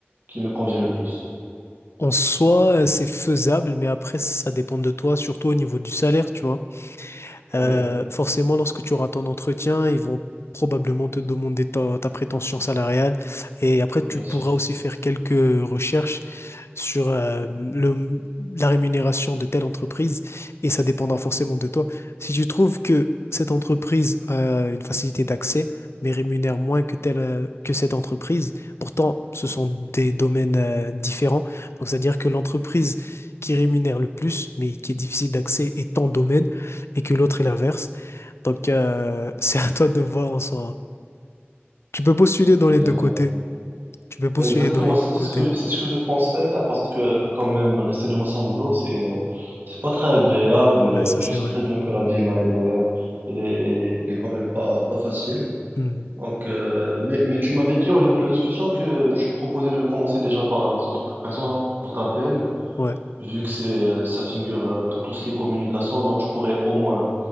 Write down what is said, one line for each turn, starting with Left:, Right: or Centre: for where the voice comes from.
Right: qui me convient le plus?
Left: En soi, euh, c'est faisable, mais après, ça dépend de toi, surtout au niveau du salaire, tu vois. Euh,
Right: Oui,
Left: forcément, lorsque tu auras ton entretien, ils vont probablement te demander ta, ta prétention salariale. Et après,
Right: bien
Left: tu pourras
Right: sûr.
Left: aussi faire quelques recherches sur euh, le, la rémunération de telle entreprise et ça dépendra forcément de toi. Si tu trouves que cette entreprise a une facilité d'accès, mais rémunère moins que telle, euh, que cette entreprise, pourtant ce sont des domaines euh, différents. Donc c'est-à-dire que l'entreprise qui rémunère le plus, mais qui est difficile d'accès, est ton domaine et que l'autre est l'inverse. Donc euh, <laughs> c'est à toi de voir en soi. Tu peux postuler dans
Right: Et
Left: les deux
Right: voilà.
Left: côtés. Tu peux postuler
Right: Ouais, exactement,
Left: dans les
Right: c'est
Left: deux côtés.
Right: ce que, c'est ce que je pense faire parce que quand même rester deux mois sans boulot, c'est euh, c'est pas très agréable.
Left: Ouais, ça
Right: Tu
Left: c'est
Right: sais
Left: vrai.
Right: très bien que la vie là, elle est, euh, elle est, elle est, elle est quand même pas, pas facile.
Left: Hmm.
Right: Donc, euh, mais, mais tu m'avais dit au début de la discussion que tu me proposais de commencer déjà par un centre, un centre d'appel.
Left: Ouais.
Right: vu que c'est euh, ça figure euh, dans tout ce qui est communication, donc je pourrais au moins